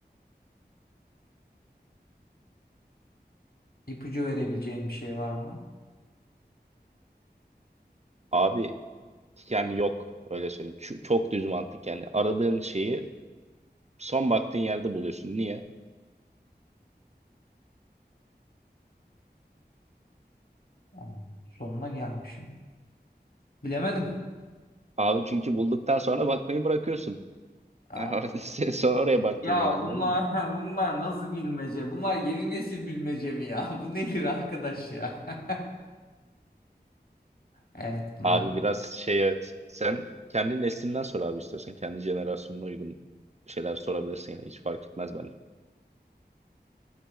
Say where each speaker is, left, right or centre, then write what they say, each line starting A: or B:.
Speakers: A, on the left; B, on the right.
A: İpucu verebileceğin bir şey var mı?
B: Abi yani yok öyle söyleyeyim. Ç- çok düz mantık yani. Aradığın şeyi son baktığın yerde buluyorsun. Niye?
A: Aa, sonuna gelmişim. Bilemedim.
B: Abi çünkü bulduktan sonra bakmayı bırakıyorsun.
A: Aa,
B: <laughs> Sen sonra oraya baktın
A: Ya
B: yani anladın
A: bunlar
B: mı?
A: <laughs> bunlar nasıl bilmece? Bunlar yeni nesil bilmece mi ya? <laughs> Bu nedir arkadaş ya? <laughs> Evet bunlar.
B: Abi biraz şey evet. Sen kendi neslinden sor abi istiyorsan. Kendi jenerasyonuna uygun şeyler sorabilirsin yani. Hiç fark etmez bence.